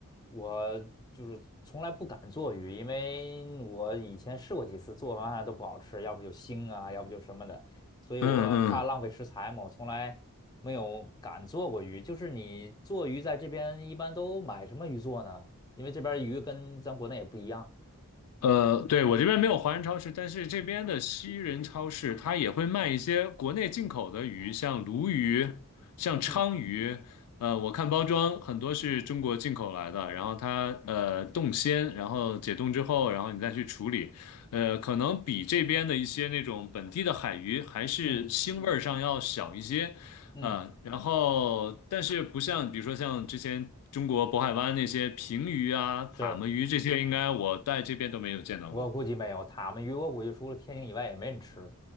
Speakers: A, on the left; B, on the left.
A: 我就是从来不敢做鱼，因为我以前试过几次，做完都不好吃，要不就腥啊，要不就什么的，所以我怕浪费食材嘛，
B: 嗯
A: 我从来没有敢做过鱼。就是你做鱼在这边一般都买什么鱼做呢？因为这边鱼跟咱国内也不一样。
B: 呃，对，我这边没有华人超市，但是这边的西人超市它也会卖一些国内进口的鱼，像鲈鱼、像鲳鱼。
A: 嗯
B: 呃，我看包装很多是中国进口来的，然后它呃冻鲜，然后解冻之后，然后你再去处理，呃，可能比这边的一些那种本地的海鱼还是腥味儿上要小一些，
A: 嗯嗯，
B: 嗯，然后但是不像，比如说像之前中国渤海湾那些平鱼啊、
A: 是。
B: 塔目鱼这些，应该我在这边都没有见到过。
A: 我估计没有塔目鱼，我估计除了天津以外也没人吃。